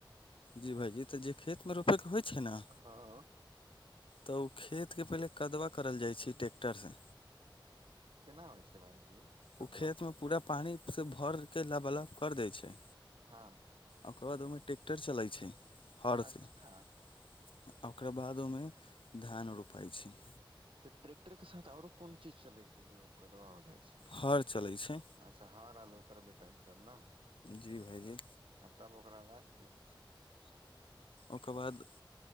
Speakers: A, on the left; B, on the right.
A: जी भाईजी तऽ जे खेतमे रोपै के होइ छै ने
B: हँ
A: तऽ ओ खेतके पहिले कदवा करल जयइ छै ट्रैक्टरसँ
B: केना होइ छै भाइजी कदवा
A: ओ खेतमे पूरा पानिसँ भरके लाबालाप कर दै छै
B: हँ
A: ओकर बाद ओहिमे ट्रैेक्टर चलै छै हरसँ
B: अच्छा
A: आ ओकरा बाद ओहमे धान रोपाइ छै
B: तऽ ट्रैक्टरके साथ आओरो कोन चीज चलै छै जे ओ गदवा हो जाइ छै
A: हर चलै छै
B: अच्छा हर आर लोटर वेटर ई सब ने
A: जी भाइजी
B: आओ तब ओकरा बाद की होइ छै
A: ओकर बाद